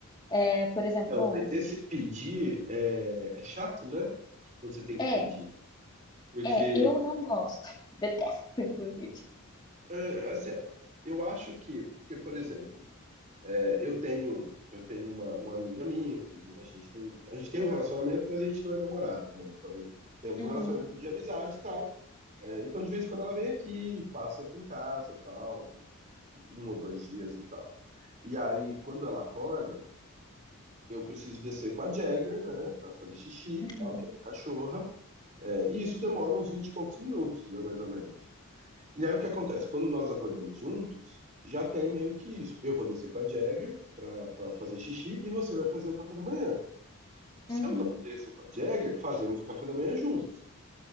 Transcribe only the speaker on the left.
É, por exemplo,
ontem.
É,
é, eu não gosto. <laughs> Detesto, inclusive.
Uhum,
uhum,
uhum.